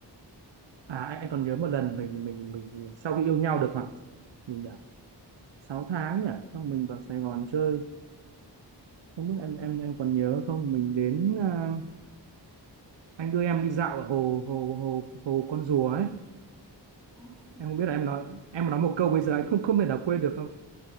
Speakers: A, on the right (about 85°); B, in the centre.
A: à anh, anh còn nhớ một lần mình mình mình, mình sau khi yêu nhau được khoảng mình nhỉ 6 tháng nhỉ xong mình vào Sài Gòn chơi không
B: à,
A: biết em em em còn nhớ không mình đến à, anh đưa em đi dạo ở hồ hồ hồ hồ con rùa ấy
B: ô sửa
A: em không biết là em nói
B: <laughs>
A: em nói một câu bây giờ anh không không thể nào quên được không